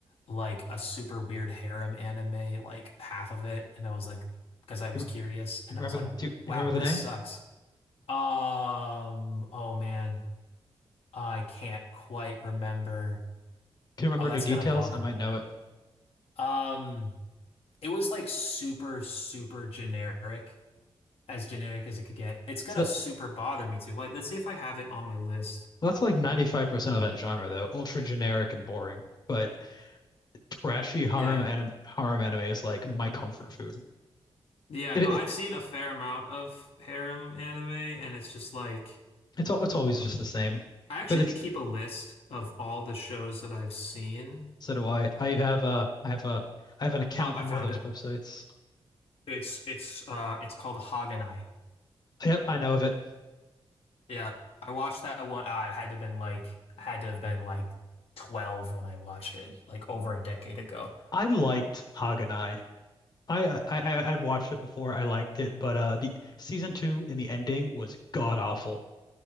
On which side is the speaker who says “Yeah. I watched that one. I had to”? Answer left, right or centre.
Left